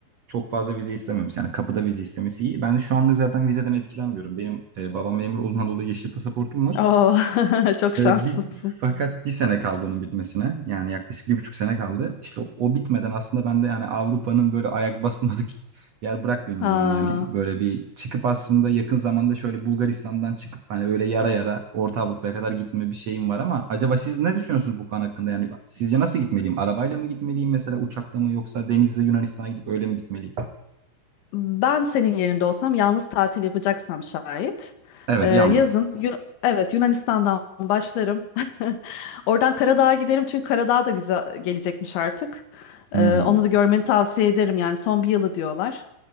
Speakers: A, on the right; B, on the left.
A: çok fazla vize istememiş. Yani kapıda vize istemesi iyi. Ben şu anlık zaten vizeden etkilenmiyorum. Benim e, babam memur olduğundan dolayı yeşil pasaportum var.
B: Oo, <laughs> çok
A: Ee,
B: şanslısın.
A: biz fakat bir sene kaldı onun bitmesine. Yani yaklaşık bir buçuk sene kaldı. İşte o, o bitmeden aslında ben de yani Avrupa'nın böyle ayak basmadık <laughs> yer bırakmayayım
B: Ha.
A: diyorum. Yani böyle bir çıkıp aslında yakın zamanda şöyle Bulgaristan'dan çıkıp hani böyle yara yara Orta Avrupa'ya kadar gitme bir şeyim var ama acaba siz ne düşünüyorsunuz bu konu hakkında? Yani sizce nasıl gitmeliyim? Arabayla mı gitmeliyim mesela uçakla mı yoksa denizde Yunanistan'a gidip öyle mi gitmeliyim?
B: Ben senin yerinde olsam yalnız tatil yapacaksam şayet
A: Evet
B: e, yazın
A: yalnız.
B: Yun- evet Yunanistan'dan başlarım. <laughs> Oradan Karadağ'a giderim çünkü Karadağ'a da vize gelecekmiş artık. E,
A: Hmm.
B: onu da görmeni tavsiye ederim yani son bir yılı diyorlar.